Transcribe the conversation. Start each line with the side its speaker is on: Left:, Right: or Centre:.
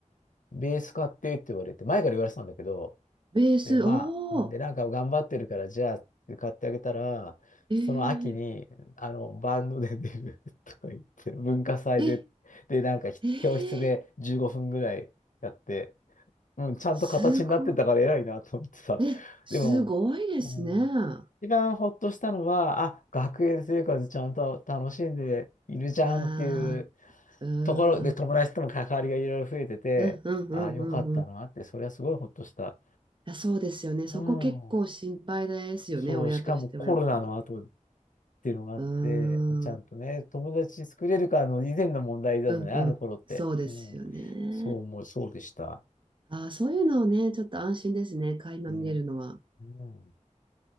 Left: ベース買ってって言われて、前から言われてたんだけど、
Right: ベース、
Left: で、まあ、
Right: お
Left: で、なんか頑張ってるから、じゃあ、買ってあげたら、
Right: ええー
Left: その秋に、あの、バンドで出る <laughs> とか言って、文化祭で、
Right: え、
Left: で、なんかひ、
Right: え
Left: 教室で15分ぐらいやって、
Right: え
Left: うん、ちゃんと形になってたから偉いなと思ってさ。
Right: すごい。え、すごいですね。
Left: でも、うん、
Right: あ
Left: 一番ほっとしたのは、あ、学園生活ちゃんと楽しんでいるじゃんっていう
Right: あ、うん。
Left: ところで、友達とも関わりがいろいろ増えてて、
Right: うんうんうんうんうん。
Left: あ、よかったなって、
Right: い
Left: それはすごいほっとした。
Right: や、そうですよね。そこ結構心配ですよね。
Left: うん。そう、
Right: 親としてはやっぱり。
Left: しかもコロナの後っていうのがあって、
Right: うー
Left: ちゃんとね、
Right: ん。う
Left: 友達作れるかの以前の問題だよね、
Right: んうん。
Left: あの頃って。
Right: そうですよね。
Left: うん。そう思う、そうでした。
Right: ああ、そういうのをね、ちょっと安心ですね。垣間見れるのは。
Left: ね。うん。